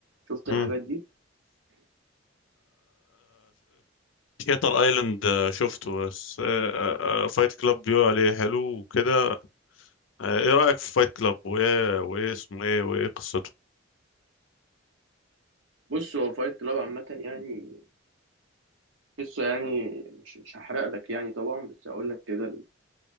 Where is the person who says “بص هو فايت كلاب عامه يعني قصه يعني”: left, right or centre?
Right